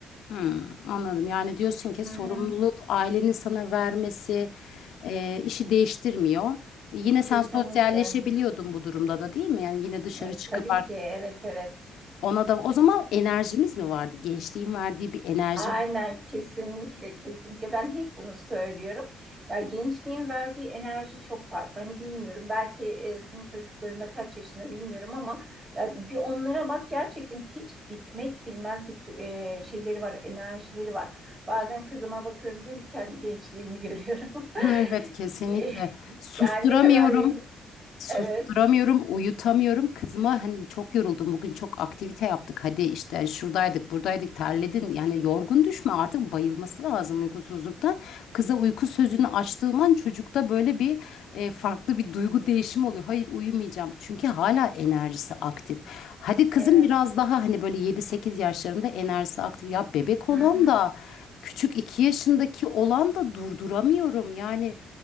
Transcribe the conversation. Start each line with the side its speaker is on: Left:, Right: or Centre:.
Left: Hmm, anladım. Yani diyorsun ki
Right: Hı
Left: sorumluluğu
Right: hı.
Left: ailenin sana vermesi e, işi değiştirmiyor. Yine
Right: E, Kesinlikle.
Left: sen sosyalleşebiliyordun bu durumda da değil mi? Yani yine dışarı
Right: E,
Left: çıkıp
Right: tabii
Left: art-
Right: ki evet evet.
Left: ona da o zaman enerjimiz mi vardı? Gençliğin verdiği bir enerji.
Right: Aynen
Left: <laughs>
Right: kesinlikle kesinlikle ben hep bunu söylüyorum. Ya gençliğin verdiği enerji çok farklı. Hani bilmiyorum belki e, senin çocuklarında kaç yaşında bilmiyorum ama ya bir onlara bak gerçekten hiç bitmek bilmez bir tü- e, şeyleri var, enerjileri var. Bazen kızıma bakıyorum diyorum ki, kendi gençliğimi görüyorum. <laughs>
Left: Evet kesinlikle.
Right: Eh,
Left: Susturamıyorum.
Right: Yani ne kadar
Left: Susturamıyorum,
Right: evet
Left: uyutamıyorum. Kızıma hani çok yoruldum bugün çok aktivite yaptık. Hadi işte şuradaydık, buradaydık, terledin. Yani yorgun düşme artık bayılması lazım uykusuzluktan. Kıza uyku sözünü açtığım an çocukta böyle bir e, farklı bir duygu değişimi oluyor. Hayır uyumayacağım. Çünkü hala enerjisi aktif. Hadi kızım
Right: evet.
Left: biraz daha hani böyle yedi sekiz yaşlarında enerjisi aktif. Ya bebek
Right: Hı
Left: olan
Right: hı
Left: da küçük 2 yaşındaki olan da durduramıyorum. Yani